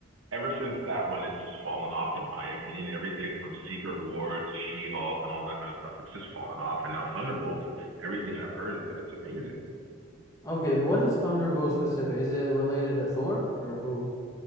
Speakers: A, on the right (about 85°); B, on the left (about 15°).
A: ever since that one, it's just fallen off, in my opinion. Everything from Secret War to She-Hulk and all that kind of stuff, it's just fallen off. And now Thunderbolts, everything I've heard is that it's amazing.
B: Okay, what is Thunderbolt specific? Is it related to Thor or who?